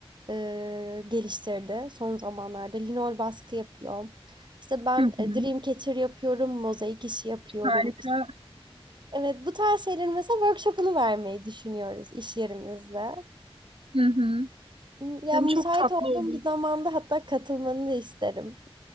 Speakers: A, on the right; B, on the right.
A: e, geliştirdi son zamanlarda. Linol baskı yapıyor. İşte ben
B: hı hı.
A: e, Dreamcatcher yapıyorum, mozaik işi yapıyorum.
B: Harika.
A: İşte- evet bu tarz şeylerin mesela workshop'unu vermeyi düşünüyoruz iş yerimizde.
B: Hı hı.
A: M- Ya
B: Yani
A: müsait
B: çok tatlı
A: olduğum
B: olur.
A: bir zamanda hatta katılmanı da isterim.